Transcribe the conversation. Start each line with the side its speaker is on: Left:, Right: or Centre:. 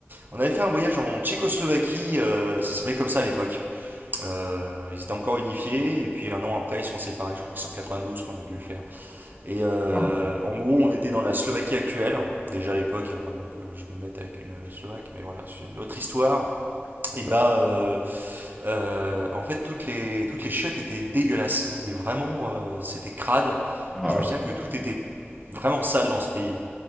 Right: On avait fait un voyage en Tchécoslovaquie, euh, ça s'appelait comme ça à l'époque. Euh, ils étaient encore unifiés, et puis un an après, ils se sont séparés, je crois que c'est en 92 qu'on a dû le faire. Et euh,
Centre: Ah,
Right: en gros, on était dans la Slovaquie actuelle, déjà à l'époque, hein, avant que je me mette avec une euh, Slovaque, mais voilà, c'est une autre histoire. Et bah, euh, euh, en fait, toutes les, toutes les chiottes étaient dégueulasses, mais vraiment, euh, c'était crade.
Centre: Oh,
Right: Et
Centre: là
Right: je me
Centre: là.
Right: souviens que tout était vraiment sale dans ce pays.